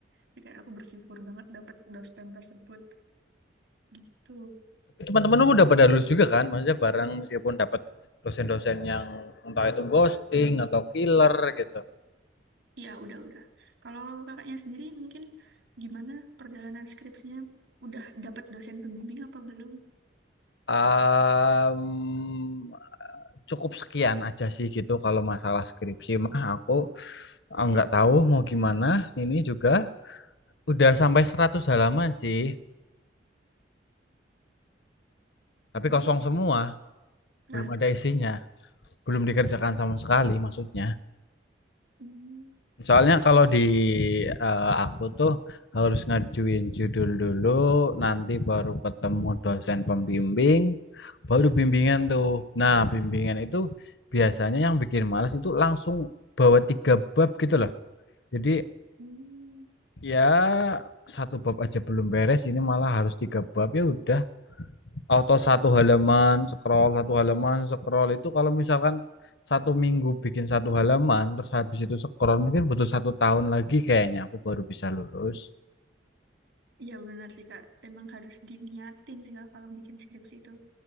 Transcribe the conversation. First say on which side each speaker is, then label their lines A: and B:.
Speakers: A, on the right (about 85°); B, on the left (about 65°).
A: Jadi kayak aku bersyukur banget dapat dospem tersebut gitu.
B: teman-teman lu udah pada lulus juga kan maksudnya bareng meskipun dapat dosen-dosen yang entah itu ghosting atau killer gitu
A: Iya, udah-udah. Kalau kakaknya sendiri mungkin gimana perjalanan skripsinya? Udah dapat dosen pembimbing apa belum?
B: Em, cukup sekian aja sih gitu kalau masalah skripsi mah aku eh, nggak tahu mau gimana ini juga udah sampai 100 halaman sih tapi
A: Banyak
B: kosong semua,
A: ya.
B: belum ada isinya, belum dikerjakan sama sekali maksudnya.
A: Hmm,
B: Soalnya kalau di eh, aku tuh harus ngajuin judul dulu, nanti baru ketemu dosen pembimbing, baru bimbingan tuh. Nah, bimbingan itu biasanya yang bikin males itu langsung bawa tiga bab gitu loh. Jadi
A: hmm.
B: ya satu bab aja belum beres, ini malah harus tiga bab ya udah Auto satu halaman, scroll satu halaman, scroll itu kalau misalkan satu minggu bikin satu halaman, terus habis itu scroll mungkin butuh satu tahun lagi kayaknya aku baru bisa lulus.
A: Iya benar sih Kak, emang harus diniatin sih Kak kalau bikin skripsi itu.